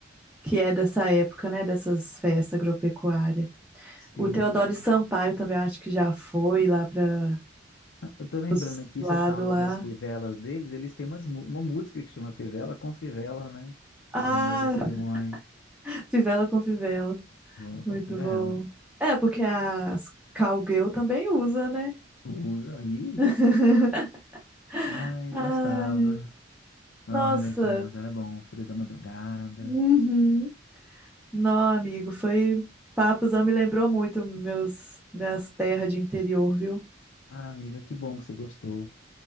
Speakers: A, in the centre; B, on the left (about 70°).
A: que é dessa época, né? Dessas festas agropecuárias.
B: Sim.
A: O Teodoro Sampaio também, eu acho que já foi lá para
B: Eu tô lembrando
A: os
B: aqui,
A: lados
B: você falou
A: lá.
B: das fivelas deles, eles têm umas, mu- uma música que chama Fivela com Fivela, né?
A: Ah,
B: O Rio Negro e Solimões.
A: <laughs> fivela com fivela.
B: Fivela
A: Muito
B: com Fivela.
A: bom. É, porque as cowgirl também usa, né?
B: Usa aí.
A: <laughs>
B: Ai,
A: Ah.
B: gostava. No,
A: Nossa,
B: o Rio Negro e Solimões era bom, Frio da Madrugada.
A: uhum. Não, amigo, foi papos, não me lembrou muito meus minhas terras de interior, viu?
B: Ah, amiga, que bom que você gostou.